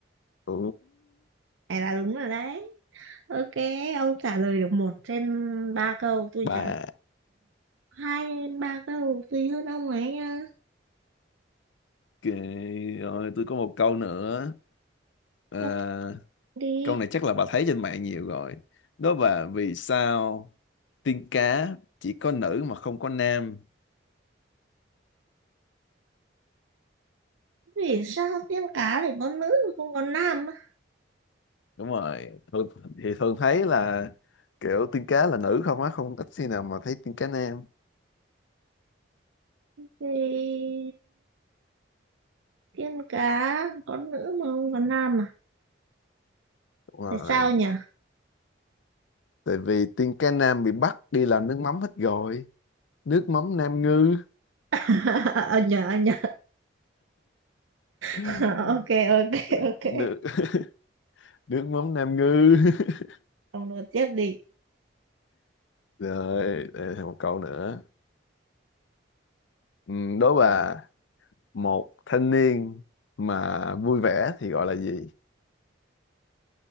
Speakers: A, on the left (about 75°); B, on the right (about 85°).
A: Ừ,
B: này là đúng rồi đấy ok ông trả lời được một trên ba câu tôi
A: bà.
B: trả lời hai trên ba câu tùy hơn ông ấy nha
A: Ok, rồi tôi có một câu nữa. À,
B: ok đi
A: câu này chắc là bà thấy trên mạng nhiều rồi. Đó là vì sao tiên cá chỉ có nữ mà không có nam?
B: vì sao tiên cá lại có nữ mà không có nam á?
A: đúng rồi thường, thì thường thấy là kiểu tiên cá là nữ không á không ít khi nào mà thấy tiên cá nam
B: thì tiên cá có nữ mà không có nam à
A: đúng rồi
B: tại sao nhỉ
A: tại vì tiên cá nam bị bắt đi làm nước mắm hết rồi nước mắm nam ngư
B: <laughs> ờ nhờ ờ nhờ
A: <laughs>
B: <laughs> ok ok ok
A: nước, <laughs> nước mắm nam ngư <laughs>
B: ông nói tiếp đi
A: rồi đây là một câu nữa ừ, đố bà một thanh niên mà vui vẻ thì gọi là gì